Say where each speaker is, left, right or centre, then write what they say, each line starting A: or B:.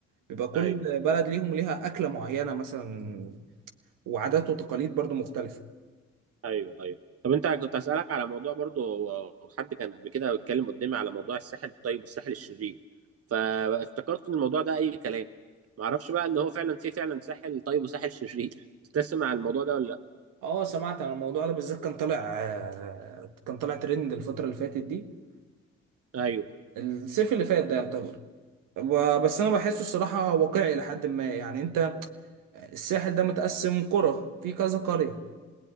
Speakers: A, on the right; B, on the right.
A: بيبقى كل
B: ايوه
A: بلد ليهم ليها اكلة معينة مثلا وعادات وتقاليد برضو مختلفة
B: ايوه ايوه طب انت كنت اسالك على موضوع برضو هو حد كان قبل كده بيتكلم قدامي على موضوع الساحل الطيب والساحل الشرير فافتكرت ان الموضوع ده اي كلام ما اعرفش بقى ان هو فعلا في فعلا ساحل طيب وساحل شرير <laughs> تسمع على الموضوع ده ولا لا
A: اه سمعت عن الموضوع ده بالذات كان طالع آه، كان طالع ترند الفترة اللي فاتت دي
B: ايوه
A: الصيف اللي فات ده يعتبر ب- بس انا بحسه الصراحة واقعي لحد ما يعني انت الساحل ده متقسم قرى في كذا قرية